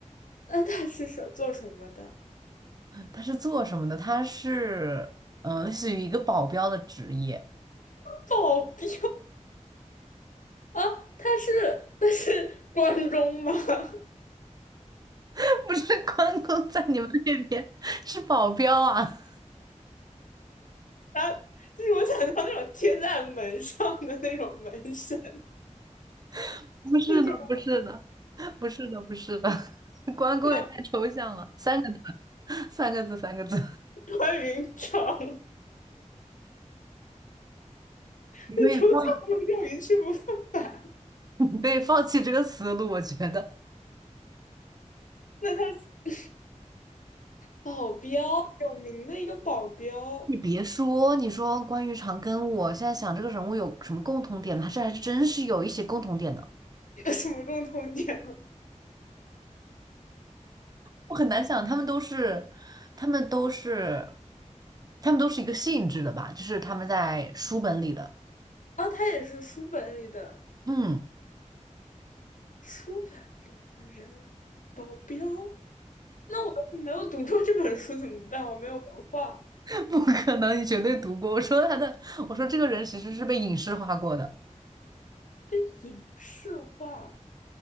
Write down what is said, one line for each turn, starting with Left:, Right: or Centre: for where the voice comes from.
Left: 那他是什做什么的？
Right: 他是做什么的？他是嗯、呃，类似于一个保镖的职业，
Left: 保镖啊？他是他是关中吗？<laughs>
Right: <laughs> 不是关公在你们那边是保镖啊？
Left: 啊，就是我想象那种贴在门上的那种门神，
Right: <laughs> 不是的，
Left: 这种
Right: 不是的，不是的，不是的，<laughs> 关公也太抽象了，
Left: 像
Right: 三个 <laughs> 三个字，三个字，
Left: 穿云长，
Right: 你可以放，
Left: 那种叫用一去不复返。
Right: <laughs> 你可以放弃这个思路，我觉得。
Left: 那他是保镖有名的一个保镖，
Right: 你别说，你说关于长庚，我现在想这个人物有什么共同点呢他是还真是有一些共同点的。
Left: <laughs> 有什么共同点吗？
Right: 我很难想，他们都是，他们都是，他们都是一个性质的吧？就是他们在书本里的，
Left: 哦，他也是书本里的
Right: 嗯，
Left: 书本里的人，保镖。那我要是没有读过这本书怎么办？我没有文化，
Right: <laughs> 不可能，你绝对读过。我说他的，我说这个人其实是被影视化过的，
Left: 被影视化，